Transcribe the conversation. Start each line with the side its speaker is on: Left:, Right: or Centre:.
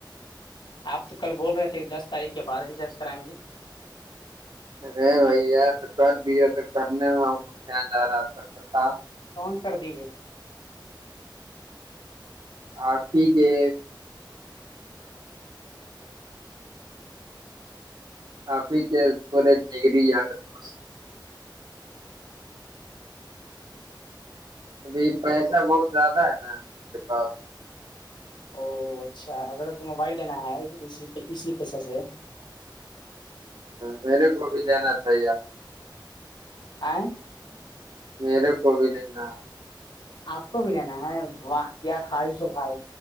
Left: آپ تو کل بول رہے تھے کہ دس تاریخ کے بد ر جج کرائیں گے
Right: ارے بھیا تو کر دیا تو کرنے میں ہم کو کیا آ رہا تھا تھا
Left: کون کر دیے
Right: آفی کے کافی کے پورے جری یار دوست ابھی پریشر بہت زیادہ ہے نا اس کے پاس
Left: او اچھا حضرت کو موبائل لینا ہےی اسی پیچ سے
Right: میرے کوب لین تھا
Left: آئیں
Right: میرے کو بھی لنا
Left: آپ کو بھی لینا ہے واہ کیا خواہش ہو بھائی